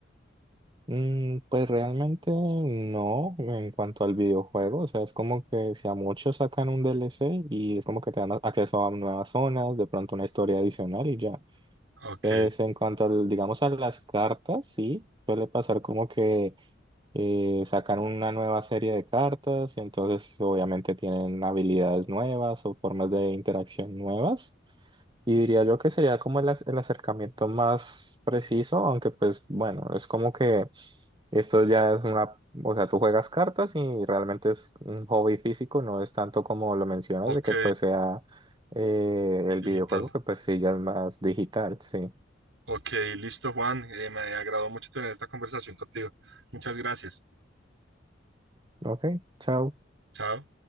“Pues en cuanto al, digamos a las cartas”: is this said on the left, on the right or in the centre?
Right